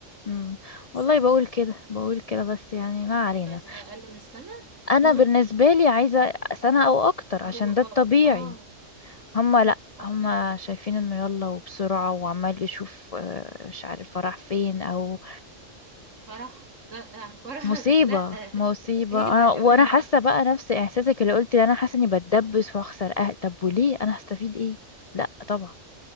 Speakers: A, on the left (about 55°); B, on the right (about 75°).
A: امم والله
B: سنه
A: بقول كده بقول كده بس يعني ما علينا
B: انتوا عايزين اقل من سنه
A: انا
B: <laughs>
A: بالنسبة لي عايزة سنة او اكتر
B: هو
A: عشان ده الطبيعي
B: اه اه
A: هم لا
B: هم
A: هم
B: لا
A: شايفين انه يلا وبسرعة وعمال يشوف آه، مش عارف راح فين او
B: فرح ده- يعني فرح
A: مصيبة
B: لا <laughs>
A: مصيبة
B: ايه
A: أنا
B: ده يا
A: وأنا
B: جماعة
A: حاسة بقى نفس إحساسك اللي قلت لي أنا حاسة إني بتدبس وأخسر أهل طب وليه أنا هستفيد إيه لأ طبعا